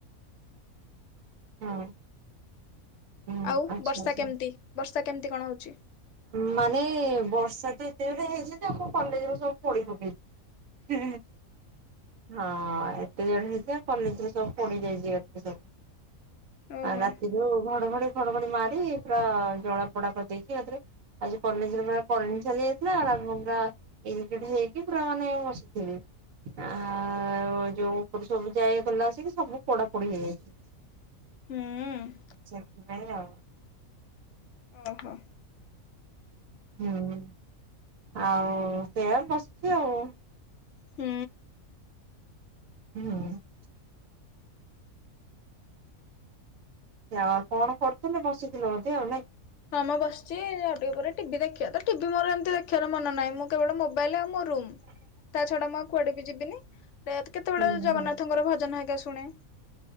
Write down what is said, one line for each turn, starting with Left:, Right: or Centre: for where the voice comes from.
Right: ହଁ। ହୁଁ
Left: ଆଉ
Right: ଆଚ୍ଛା
Left: ବର୍ଷା
Right: ଆଚ୍ଛା।
Left: କେମିତି ବର୍ଷା କେମିତି କଣ ହଉଛି?
Right: ମାନେ ବର୍ଷା ତ ଏତେ ଯୋର ରେ ହେଇଚି ଯେ ଆମ‌ କଲେଜ ରୁ ସବୁ ପୋଡି ପକେଇଛି। ହୁଁ ହଁ। <unintelligible> କଲେଜ ରେ ସବୁ ପୋଡିଯାଇଛି ସବୁ
Left: ଓହୋ
Right: ଆଉ ରାତି ଯୋଉ ଘଡ଼ଘଡ଼ି ଫଡଘଡି ମାରି ପୁରା ଜଳା ପୋଡା କରିଦେଇଚି ଏକାଥରେ ଆଜି କଲେଜରେ ପୁରା କରେଣ୍ଟ୍ ଚାଲି ଯାଇଥିଲା <unintelligible> <unintelligible> ହେଇକି ପୁର ମାନେ ବସିଥିଲି। ଆଉ ଯୋଉ ଉପରେ ସବୁ ଯାଇ ଗଲା ଆସିକି ସବୁ ପୋଡାପୋଡି ହେଇଯାଇଛି।
Left: ହୁଁ।
Right: ସେଥିପାଇଁ ଆଉ।
Left: ଓହୋ।
Right: ହୁଁ ଆଉ ସେଇଆ ବସିଛି ଆଉ।
Left: ହୁଁ।
Right: ହୁଁ। ଆଉ କଣ କରୁଥିଲେ ବସିଥିଲେ ବୋଧେ ଆଉ ନାଇଁ?
Left: ହଁ ମ ବସିଛି ଆଉ ଟିକେ ପରେ ଟିଭି ଦେଖିବା ତ ଟିଭି ମୋର ଏମିତି ଦେଖିବା ମନ ନାହିଁ ମୁଁ କେବଳ ମୋବାଇଲ ଆଉ ମୋ ରୁମ୍
Right: ହ
Left: ତା ଛଡା ମୁଁ କୁଆଡେ ବି ଯିବିନି କେତେବେଳେ
Right: ହୁଁ
Left: ଜଗନ୍ନାଥଙ୍କର
Right: ହୁଁ
Left: ଭଜନ ହେଇଗା ଶୁଣେ।